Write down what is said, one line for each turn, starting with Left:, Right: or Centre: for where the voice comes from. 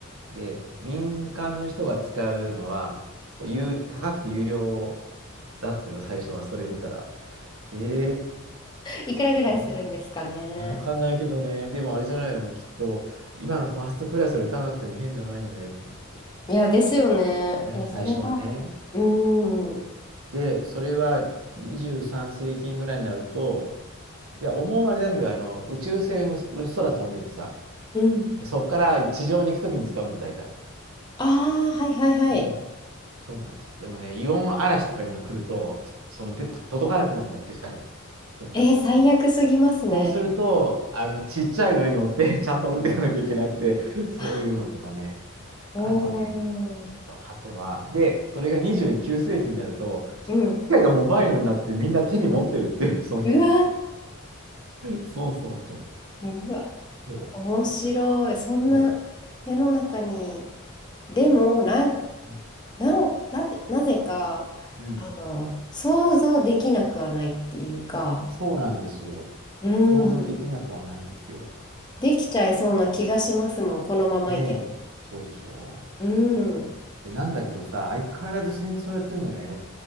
Right: で、民間の人が使うのは、こう有高くて有料だったよ、最初は。それ見たら。えー、
Left: いくらぐらいするんですかね。
Right: えーいや、わかんないけどね。でもあれじゃないの、きっと、今のファーストクラスより高くても変じゃないよね、と思って。
Left: いや、ですよね。
Right: だよね、
Left: いや、
Right: 最初はね。
Left: それは、うん。
Right: で、それは23世紀ぐらいになると、いや、思うまれなんだけど、あの、宇宙船、空飛んでてさ、
Left: うん。
Right: そっから地上に行くときに使うんだよ、大体。
Left: ああ、はいはいはい。
Right: うん。そうなんですよ。でもね、イオン嵐とかいうのが来ると、そので、届かなくなるんだって、下に。それが。
Left: えー、最悪すぎますね。
Right: そうすると、あの、ちっちゃいのに乗って、<laughs> ちゃんと降りていかなきゃいけなくて、そういうのとかね。
Left: あ、おー。
Right: あとね、あとは、で、それが29世紀になると、機械がモバイルになってみんな手に持ってるっていう、
Left: うん。
Right: その、
Left: うわ
Right: そうそうそう。
Left: うー、うわ、
Right: そう。
Left: 面白い。そんな
Right: そ
Left: 世の中に、でも、なん、
Right: う。
Left: なん、だって、なぜか、
Right: うん。
Left: あの、想像できなくはないっていうか、
Right: そうなんですよ。
Left: うん、
Right: 想像できなくはないんですよ。
Left: できちゃいそうな気がしますもん、このままいけば。
Right: ねえ。そうでしょ
Left: うん、う
Right: うで、なんだけどさ、相変わらず戦争やってんのね。